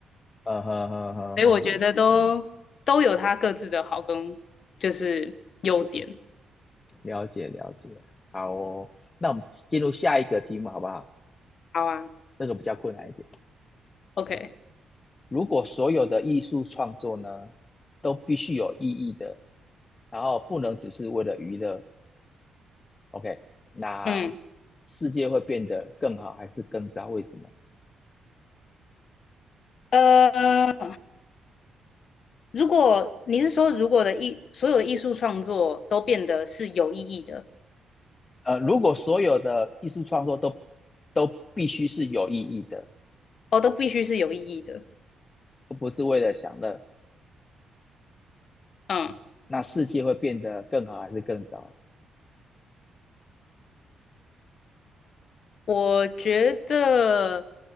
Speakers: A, on the left (about 35°); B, on the left (about 60°).
A: 嗯哼哼哼哼，
B: 所以我觉得都都有它各自的好跟就是优点。
A: 了解了解，好哦，那我们进入下一个题目好不好？
B: 好啊
A: 这个比较困难一点。
B: ，OK，
A: 如果所有的艺术创作呢，都必须有意义的，然后不能只是为了娱乐，OK，那
B: 嗯，
A: 世界会变得更好还是更糟？为什么？
B: 呃，如果你是说如果的艺所有的艺术创作都变得是有意义的，
A: 呃，如果所有的艺术创作都都必须是有意义的，
B: 哦，都必须是有意义的，
A: 而不是为了享乐，
B: 嗯。
A: 那世界会变得更好还是更糟？
B: 我觉得